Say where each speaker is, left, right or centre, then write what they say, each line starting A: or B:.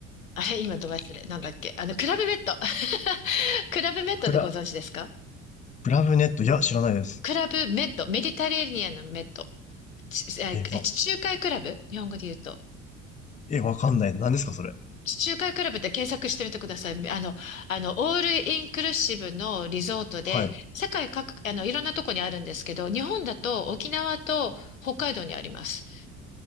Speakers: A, on the left; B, on the left.
A: あれ、今ど忘れ、なんだっけ、あの、クラブメッド。<laughs> クラブメッドでご存知ですか
B: 暗プラブネット、いや、知らないです。
A: クラブメッド、メディタレーニアンのメッド。ちえーえ地中海クラブ日本語で言うと。
B: え、わ、え、わかんない。何ですか、それ。
A: 地中海クラブって検索してみてください。あの、あの、オールインクルーシブのリゾートで、
B: はい。
A: 世界各、あの、いろんなとこにあるんですけど、日本だと沖縄と北海道にあります。